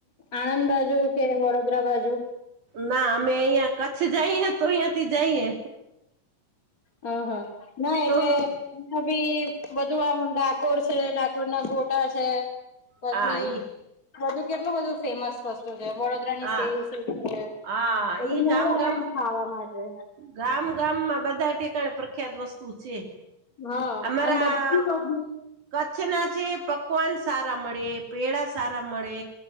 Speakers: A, on the left (about 25°); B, on the right (about 70°).
A: આણંદ બાજુ. કે વડોદરા બાજુ.
B: ના અમે અહિયાં કચ્છ જઈએ તો અહિયાંથી જઈએ.
A: હ હા ના
B: તો
A: એટલે. ભી બધું આમ ડાકોર છે ડાકોર ના ગોટા છે. પછી
B: હા ઈ
A: બધું કેટલું બધું ફેમસ. સસ્તુ છે વડોદરા ની
B: હા
A: સેવઉસળ છે
B: હા ઈ
A: બધું
B: ગામ
A: મળે
B: ગામ
A: એમ ખાવા માટે.
B: ગામ ગામમાં બધા ઠેકાણે પ્રખ્યાત વસ્તુ છે.
A: હા
B: અમારા.
A: અને બધું
B: કચ્છના છે પકવાન સારા મળે પેડા સારા મળે